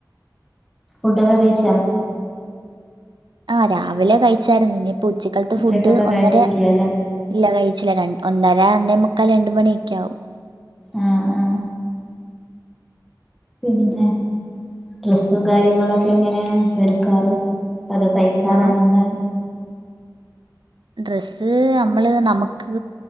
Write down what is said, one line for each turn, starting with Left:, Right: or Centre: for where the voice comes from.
Centre: ഫുഡൊക്കെ കഴിച്ചാ
Right: ആ രാവിലെ കഴിച്ചാരുന്നു ഇനിപ് ഉച്ചക്കളത്ത്
Centre: ഉച്ചക്കത്തെ
Right: ഫുഡ് ഒന്നര
Centre: കഴിച്ചില്ലല്ലേ
Right: ഇല്ല കഴിച്ചില്ല ര ഒന്നര ഒന്നേമുക്കാൽ രണ്ട് മണിയൊക്കെ ആവും
Centre: ആ ആ പിന്നെ ഡ്രസ്സും കാര്യങ്ങളൊക്കെ എങ്ങനെയാണ് എടുക്കാറ് അത് തയ്ക്കാറാണ്
Right: ആഹ്.
Centre: എന്താണ്
Right: ഡ്രസ്സ് നമ്മള് നമുക്ക്